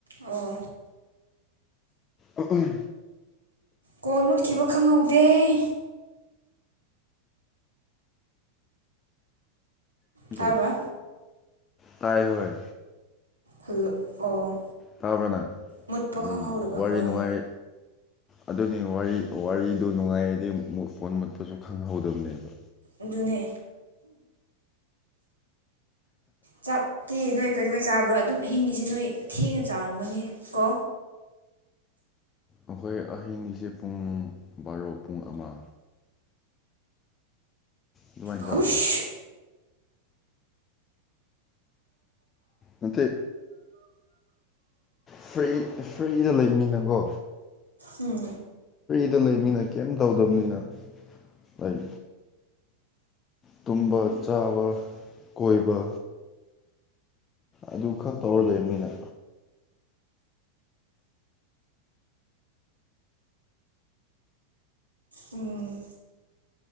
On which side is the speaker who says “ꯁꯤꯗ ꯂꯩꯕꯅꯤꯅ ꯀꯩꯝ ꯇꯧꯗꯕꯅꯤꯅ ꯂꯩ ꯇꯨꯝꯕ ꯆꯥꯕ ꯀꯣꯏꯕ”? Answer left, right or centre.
Left